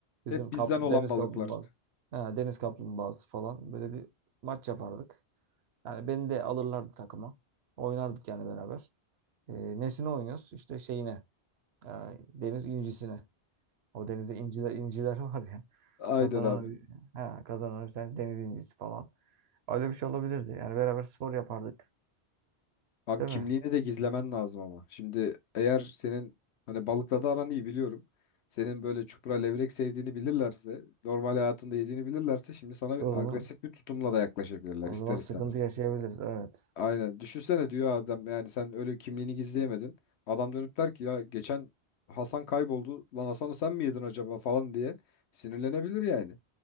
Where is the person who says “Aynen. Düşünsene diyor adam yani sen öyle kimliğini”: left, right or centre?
Left